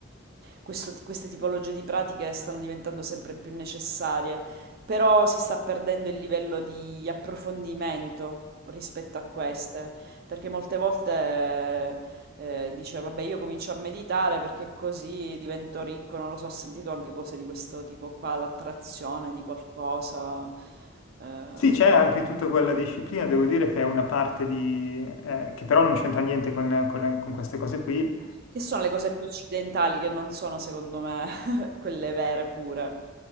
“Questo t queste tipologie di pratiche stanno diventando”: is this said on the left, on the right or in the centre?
Right